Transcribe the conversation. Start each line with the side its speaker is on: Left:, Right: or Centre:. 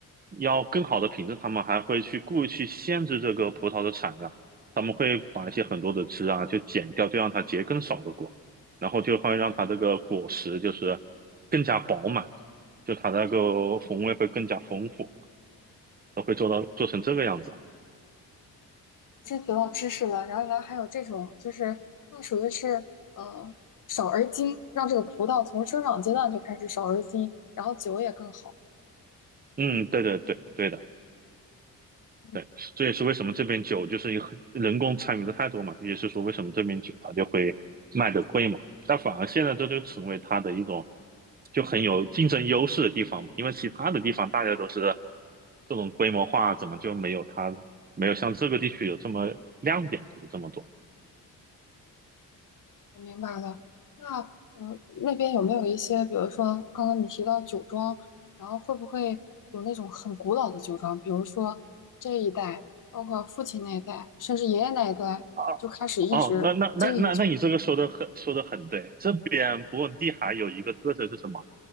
Right: 要更好的品质，他们还会去故意去限制这个葡萄的产量，他们会把一些很多的枝啊就剪掉，就让它结更少的果，然后就会让它这个果实就是更加饱满，就它那个风味会更加丰富，都会做到做成这个样子啊。
Left: 真得到知识了，然后呢，还有这种就是那属于是呃少而精，让这个葡萄从生长阶段就开始少而精，然后酒也更好。
Right: 嗯，
Left: 嗯
Right: 对对对对的。
Left: 嗯，对。
Right: 对，这也是为什么这边酒就是一个很人工参与的太多嘛，也是说为什么这边酒它就会卖的贵嘛。但反而现在这就成为它的一种就很有竞争优势的地方嘛，因为其他的地方大家都是这种规模化，怎么就没有它没有像这个地区有这么亮点，就是这么多。
Left: 我明白了。那呃，那边有没有一些，比如说刚刚你提到酒庄，然后会不会有那种很古老的酒庄？比如说这一代，包括父亲那一代，甚至爷爷那一代，
Right: 啊。
Left: 就开始一直经营酒。
Right: 哦，那那那那那你这个说的很说的很对。这边勃艮第还有一个特色是什么？